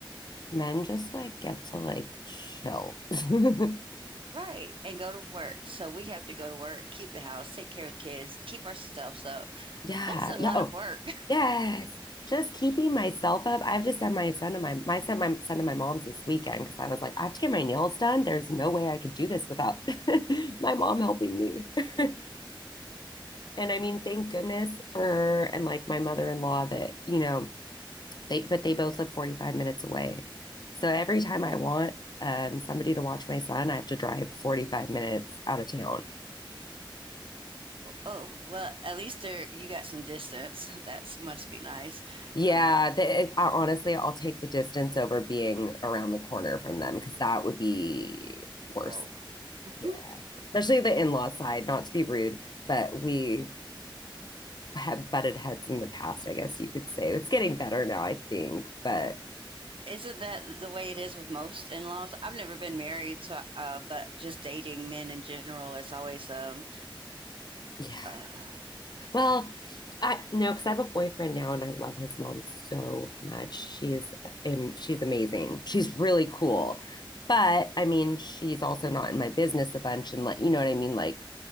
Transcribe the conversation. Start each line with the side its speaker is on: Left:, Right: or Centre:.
Left: men just like get to like chill. <laughs>
Right: right. And go to work. So we have to go to work, keep the house, take care of the kids, keep ourselves up.
Left: Yeah.
Right: That's a
Left: Yeah.
Right: lot
Left: Oh,
Right: of work.
Left: Yes. Just keeping myself up. I have just sent my son to my my sent my son to my mom's this weekend because I was like, I have to get my nails done. There's no way I could do this without <laughs> my mom helping me. <laughs> And I mean, thank goodness for her and like my mother-in-law that, you know, they but they both live 45 minutes away. So every time I want um somebody to watch my son, I have to drive 45 minutes out of town.
Right: Oh, well, at least there you got some distance. That must be nice.
Left: Yeah,
Right: Um,
Left: the, it, I, honestly, I'll take the distance over being around the corner from them because that would be
Right: whoa.
Left: worse.
Right: <laughs>
Left: Yeah. Especially the in-law side, not to be rude, but we have butted heads in the past, I guess you could say. It's getting better now, I think, but
Right: Isn't that the way it is with most in laws? I've never been married, so uh, but just dating men in general, it's always um,
Left: yeah.
Right: uh,
Left: Well, I no, because I have a boyfriend now and I love his mom so much. She's um, she's amazing. She's really cool. But I mean, she's also not in my business a bunch and like you know what I mean? Like